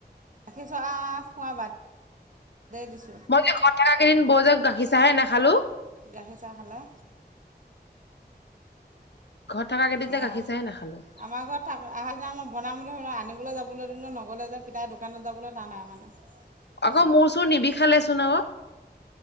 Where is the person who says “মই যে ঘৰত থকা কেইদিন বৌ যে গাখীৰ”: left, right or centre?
Left